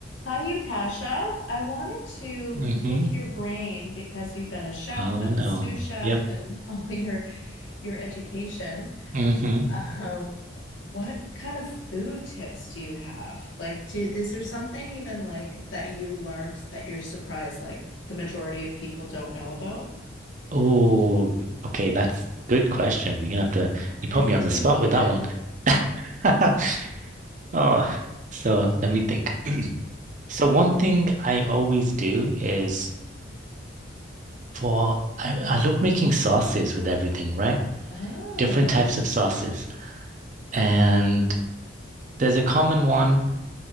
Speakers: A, on the left (about 80°); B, on the right (about 40°).
A: Hi, Yukasha. I wanted to
B: Mm-hmm.
A: pick your brain because you've been a chef
B: Oh
A: and
B: no.
A: a sous chef
B: Yep.
A: and <laughs> all your your education.
B: Mm-hmm.
A: Um, what kind of food tips do you have? Like, do, is there something even like that you learned that you're surprised like the majority of people don't know about?
B: Oh, okay. That's good question. You're gonna have to you put
A: Is
B: me
A: it
B: on
A: too
B: the spot
A: loaded?
B: with that one. <laughs> Oh, so let me think. So one thing I always do is for I, I love making sauces with everything, right?
A: Oh,
B: Different types of sauces. And there's a common one